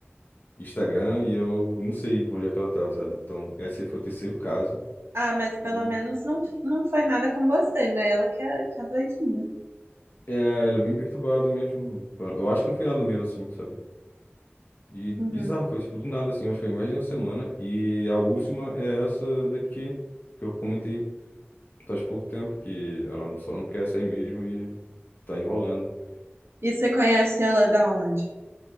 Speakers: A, on the left; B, on the right.
A: Instagram, e eu não sei onde é que ela tá, sabe? Então, esse aí foi o terceiro caso.
B: Ah, mas pelo
A: E,
B: menos não, não foi nada com você, né? Ela que é, que é doidinha.
A: é, ela é bem perturbada mesmo. Eu acho que não foi nada meu, assim, sabe? E bizarro,
B: Uhum.
A: foi tipo do nada, assim, eu acho que foi mais de uma semana. E a última é essa daqui, que eu comentei faz pouco tempo, que ela só não quer sair mesmo e tá enrolando.
B: E você conhece ela da onde?